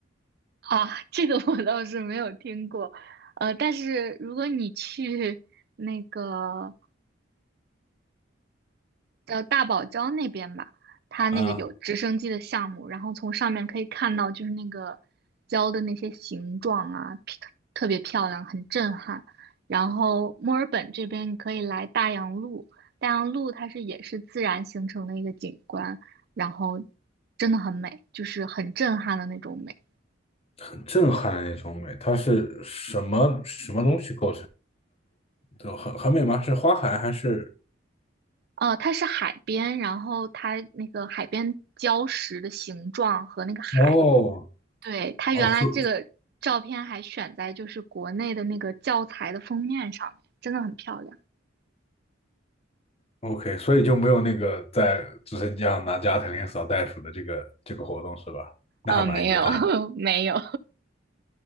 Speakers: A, on the right; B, on the left.
A: 啊，这个我倒是没有听过，呃，但是如果你去那个叫大堡礁那边吧，它那个有直升机的项目，
B: 啊，
A: 然后从上面可以看到就是那个礁的那些形状啊，皮特别漂亮，很震撼。然后墨尔本这边你可以来大洋路，大洋路它是也是自然形成的一个景观，然后真的很美，就是很震撼的那种美。
B: 很震撼那种美。它是什么什么东西构成的？很很美吗？是花海还是
A: 哦，它是海边，然后它那个海边礁石的形状和那个海，
B: 哦，
A: 对，它原来这个照片还选在就是国内的那个教材的封面上面，
B: 哦所
A: 真的很漂亮。
B: ，OK，所以就没有那个在直升机上拿加特林扫袋鼠的这个这个活动是吧？那还蛮遗憾的。
A: 呃，没有 <laughs> 没有，